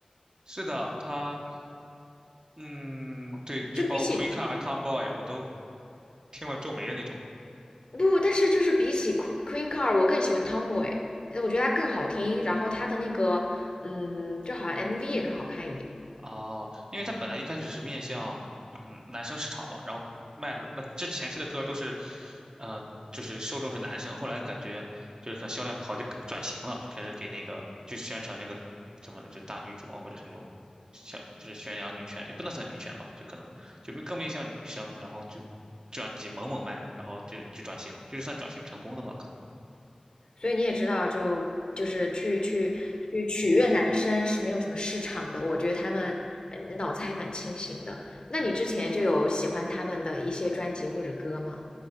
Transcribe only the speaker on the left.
就比起
不，但是就是比起 Queen Queen Car，d 我更喜欢 Tomboy，呃我觉得它更好听，然后它的那个，嗯，就好像 MV 也更好看一点。
所以你也知道就，就是去去去取悦男生是没有什么市场的。我觉得他们呃脑子还蛮清醒的。那你之前就有喜欢他们的一些专辑或者歌吗？